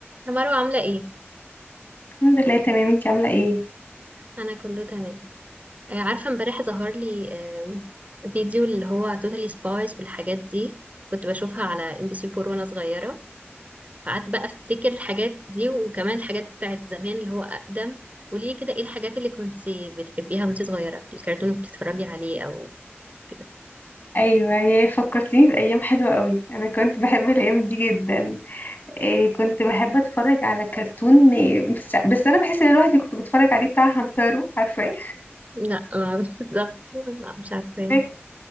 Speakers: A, on the right; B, on the left.
A: يا مروة عاملة ايه؟
B: الحمد لله تمام انتي عاملة ايه؟
A: أنا كله تمام آه، عارفة امبارح ظهر لي آه، فيديو اللي هو توتالي سبايس والحاجات دي كنت بشوفها على ام بي سي 4 وانا صغيرة فقعدت بقى افتكر الحاجات دي وكمان الحاجات بتاعت زمان اللي هو أقدم قولي لي كده ايه الحاجات اللي كنت بتحبيها وانت صغيرة الكرتون اللي بتتفرجي عليه أو كده
B: ايوه يا فكرتيني بأيام حلوة قوي انا كنت بحب الأيام دي جدا إيه كنت بحب اتفرج على كرتون إيه بس, بس انا بحس ان الواحد اللي كنت بتفرج عليه بتاع همتارو عارفاه
A: لا ما- <laughs> بالظبط لا مش عارفة ايه
B: ده